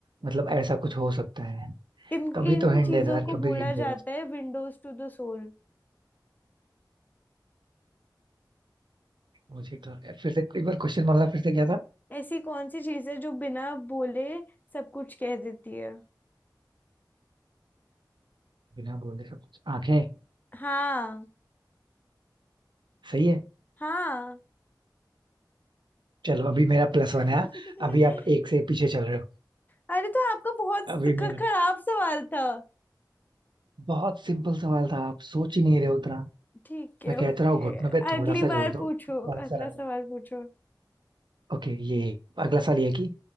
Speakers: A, on the right; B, on the left.
A: मतलब ऐसा कुछ हो सकता है
B: इन
A: कभी
B: इन
A: तो हिंट
B: चीजों
A: दे दो यार
B: को
A: कभी
B: बोला
A: हिंट दे
B: जाता
A: दो
B: है विंडोज टू द सोल
A: मुझे तो फिर से एक बार क्वेश्चन मतलब फिर से क्या था
B: ऐसी कौन सी चीज है जो बिना बोले सब कुछ कह देती है
A: बिना बोले सब कुछ आंखें
B: हाँ
A: सही है
B: हाँ
A: चलो अभी मेरा प्लस
B: <laughs>
A: वन है अभी आप एक से पीछे चल रहे हो
B: अरे तो आपका बहुत
A: अभी
B: ख-
A: मेरा
B: खराब सवाल था
A: बहुत सिंपल सवाल था आप सोच ही नहीं रहे हो उतना
B: ठीक है
A: मैं कहता
B: ओके
A: रहा हूँ घुटनों पे थोड़ा
B: अगली
A: सा
B: बार
A: जोर दो
B: पूछो
A: आपका आंसर
B: अगला
A: आ
B: सवाल
A: जाए
B: पूछो
A: ओके ये अगला सवाल ये है कि